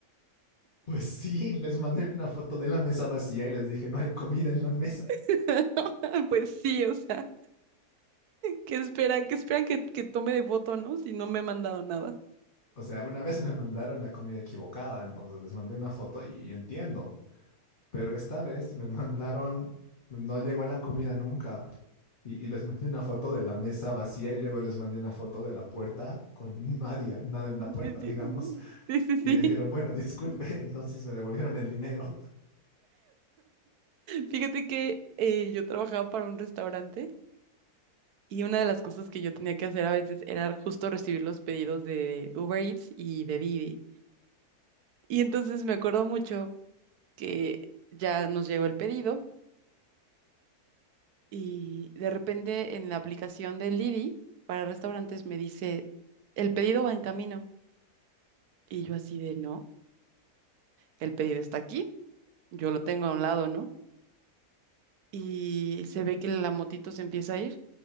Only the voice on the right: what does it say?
<laughs> Pues sí, o sea, ¿qué esperan? ¿Qué esperan que, que tome de voto, no? Si no me ha mandado nada.
Sí,
sí, sí, sí.
sí.
Fíjate que eh, yo trabajaba para un restaurante y una de las cosas que yo tenía que hacer a veces era justo recibir los pedidos de Uber Eats y de Didi. Y entonces me acuerdo mucho que ya nos llegó el pedido y de repente en la aplicación de Didi para restaurantes me dice, el pedido va en camino. Y yo así de, no, el pedido está aquí. yo lo tengo a un lado, ¿no? Y se ve que la motito se empieza a ir